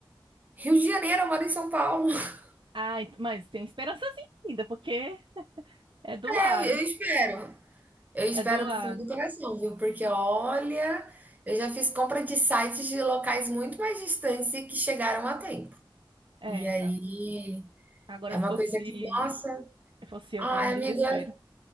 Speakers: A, on the right (about 20°); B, on the right (about 65°).
A: Rio de Janeiro, eu moro em São Paulo. <laughs>
B: Ah, ent- mas tem esperançazinha ainda, porque é do
A: É,
B: lado,
A: eu eu espero. Eu espero
B: é do lado.
A: do fundo do coração, viu? Porque olha, eu já fiz compra de sites de locais muito mais distantes e que chegaram a tempo.
B: É,
A: E aí
B: não. Agora,
A: é
B: se
A: uma
B: fosse
A: coisa que, nossa,
B: Se fosse eu,
A: ai,
B: tava em desespero.
A: amiga,